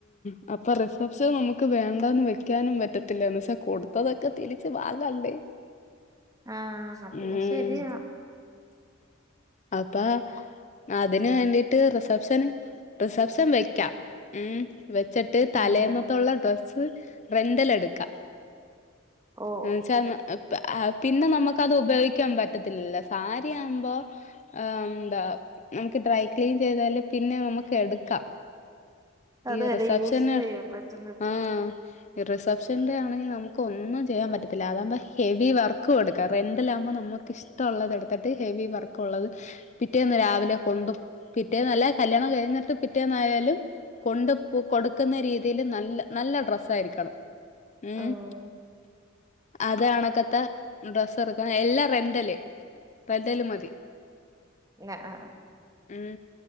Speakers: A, on the left (about 35°); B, on the right (about 15°).
A: ആ അപ്പൊ റിസപ്സ് നമുക്ക് വേണ്ടന്ന് വെക്കാനും പറ്റത്തില്ല എന്ന് വച്ചാ കൊടുത്തതൊക്കെ തിരിച്ച് വാങ്ങണ്ടേ
B: ആഹ് അതും
A: ഉം
B: ശരിയാ
A: അപ്പ അതിന് വേണ്ടീട്ട് റിസപ്ഷന് റിസപ്ഷൻ വെക്കാം ഉം വെച്ചിട്ട് തലേന്നത്തുള്ള
B: ഉം
A: ഡ്രസ്സ് റെന്റൽ എടുക്ക
B: ഓഹ്
A: ഉം ചെന്ന് ആ പിന്നെ നമുക്കത് ഉപയോഗിക്കാൻ പറ്റത്തില്ലല്ലാ സാരിയാവുംമ്പോ അം എന്താ നമുക്ക് ഡ്രൈ ക്ലീൻ ചെയ്താല് പിന്നെ നമുക്ക് എടുക്കാം
B: അത്
A: ഈ
B: വരെ
A: റിസപ്ഷന്
B: യൂസ് ചെയ്യാൻ പറ്റുന്ന രീതി
A: ആഹ് റിസപ് ഷന്റെ ആണെങ്കിൽ നമുക്ക് ഒന്നും ച്ചെ ചെയ്യാൻ പറ്റത്തില്ല അതാമ്പോ ഹെവി വർക്ക് കൊടു കാർ രന്റാലമ്പൊ നമുക്ക് ഇഷ്ടമുള്ളത് എടുത്തിട്ട് ഹെവി വർക്ക്ള്ളത് പിറ്റേന്ന് രാവിലെ കൊണ്ട് പിറ്റേന്നല്ല കല്യാണം കഴിഞ്ഞിട്ട് പിറ്റേന്നായാലും കൊണ്ട് കൊടുക്കുന്ന രീതിൽ നല്ല നല്ല ഡ്രസ്സരിക്കണം ഉം
B: ഓഹ്
A: അത് അണക്കത്ത ഡ്രസ് എടുക്കാൻ എല്ലാം റെന്റല് റെന്റല് മതി
B: ന അ ആ
A: ഉം